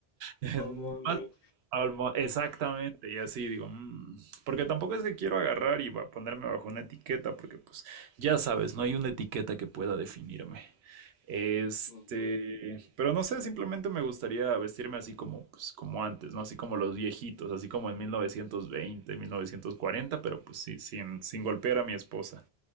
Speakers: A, on the right; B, on the left.
A: <laughs>
B: old money.
A: Más- al mo- Exactamente, y así digo, "Mm", porque tampoco es que quiero agarrar y va- ponerme bajo una etiqueta, porque pues ya sabes, no hay una etiqueta que pueda definirme. Este,
B: Ujú.
A: pero no sé, simplemente me gustaría vestirme así como, pues, como antes, ¿no? Así como los viejitos, así como en 1920, 1940, pero pues sí, sin, sin golpear a mi esposa.